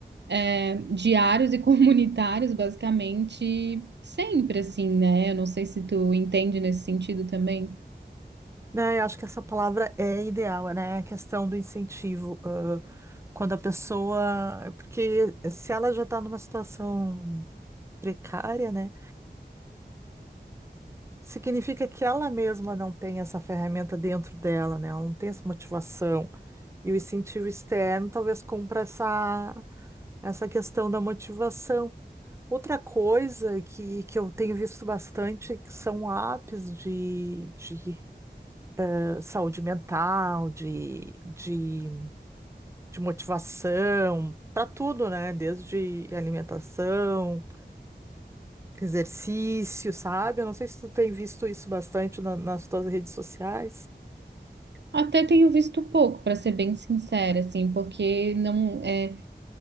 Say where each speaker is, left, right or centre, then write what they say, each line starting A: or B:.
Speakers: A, on the right; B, on the right.
A: é, diários e <laughs> comunitários, basicamente, sempre assim, né? Eu não sei se tu entende nesse sentido também.
B: Né, eu acho que essa palavra é ideal, né? A questão do incentivo. ãh, quando a pessoa. Porque se ela já está numa situação precária, né? Significa que ela mesma não tem essa ferramenta dentro dela, né? Ela não tem essa motivação. E o incentivo externo talvez compra essa, essa questão da motivação. Outra coisa que, que eu tenho visto bastante que são apps de, de eh, saúde mental, de, de, de motivação, para tudo, né? Desde alimentação, exercício, sabe? Eu não sei se tu tem visto isso bastante na- nas tuas redes sociais.
A: Até tenho visto pouco, para ser bem sincera, assim, porque não é